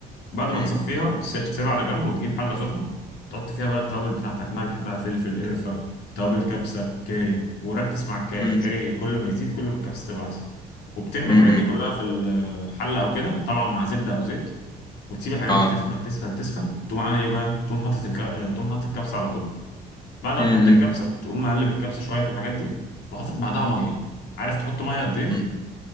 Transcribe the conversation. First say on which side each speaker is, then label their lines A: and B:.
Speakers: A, on the left; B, on the left.
A: بعد ما
B: امم
A: تصفيها تس- تسيبها على جنب وتجيب حله سخنه تحط فيها بقى التوابل بتاعتك ملح بقى فلفل قرفه توابل كبسه كاري وركز مع الكاري
B: امم
A: الكاري كل ما يزيد كل ما الكبسه تبقى احسن وبترمي
B: امم
A: الحاجات دي كلها في الحله او كده طبعا مع زبده او زيت وتسيب الحاجات
B: اه
A: دي تسخن تسخن تسخن تقوم عامل ايه بقى تقوم حاطط الك... آه، تقوم حاطط الكبسه على طول بعد ما
B: امم
A: تحط الكبسه تقوم مقلب الكبسه شويه في الحاجات دي وحاطط بعدها ميه عارف تحط ميه قد ايه
B: امم